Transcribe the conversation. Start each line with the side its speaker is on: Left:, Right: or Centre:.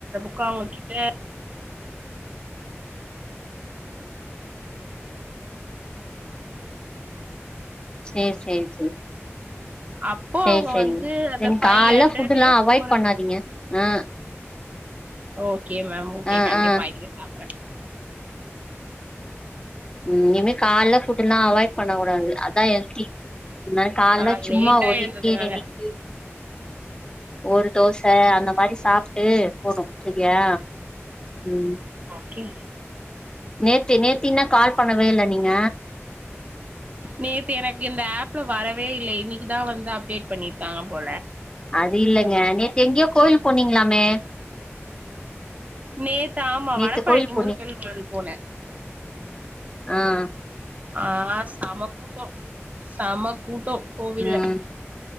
Right: கோ அவுங்க கிட்ட <unintelligible>
Left: சேரி சேரி சேரி
Right: அப்போ
Left: சேரி
Right: அவங்க
Left: சேரிங்க
Right: வந்து அந்த
Left: தென்
Right: ஃபைவ்
Left: கால்ல
Right: ஹண்ட்ரெட்ல
Left: ஃபுட்டு்ல்லா அவாய்ட்
Right: ஃபோர்
Left: பண்ணாதீங்க
Right: ஹண்ட்ரட்
Left: ஆ
Right: ஓகே மேம் ஓகே
Left: ஆ
Right: கண்டிப்பா
Left: ஆ
Right: <unintelligible> சாப் டறே
Left: உம் இனிமே காலல ஃபுட்லா அவாய்ட் பண்ணக் கூடாது அதா ஹெல்த்தி இந் மாரி காலல
Right: ஆ
Left: சும்மா
Right: லேட்டா
Left: ஒரு
Right: எழுந்ததுனால
Left: இட்லி ரெண்டு இட்லி ஒரு தோச அந்த மாரி சாப் டு போது செரியா உம்
Right: கே
Left: நேத்தி நேத்தி என்னா கால் பண்ணவே இல்ல நீங்க
Right: நேத்து எனக்கு இந்த ஆப்ல வரவே இல்ல இன்னைக்குதா வந்து அப்டேட் பண்ணிருக்காங்க போ
Left: அது இல்லங்க நேத்து எங்கயோ கோயில் போனீங்களாமே
Right: நேத் தா ஆமா
Left: நேத்து
Right: வடபழனி
Left: கோயில் போனி
Right: முருகன் கோயில் போனே
Left: ஆஹ்
Right: ஆஹ் செம கூட்டோ செம கூட்டோ கோவில்ல
Left: ம்